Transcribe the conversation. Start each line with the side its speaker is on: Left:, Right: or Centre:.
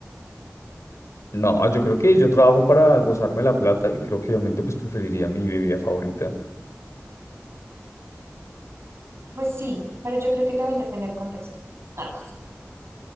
Left: No, yo creo que yo trabajo para gozarme la plata y creo que obviamente pues preferiría mi bebida favorita.
Right: Pues sí, pero yo creo que también depende del contexto. Ah.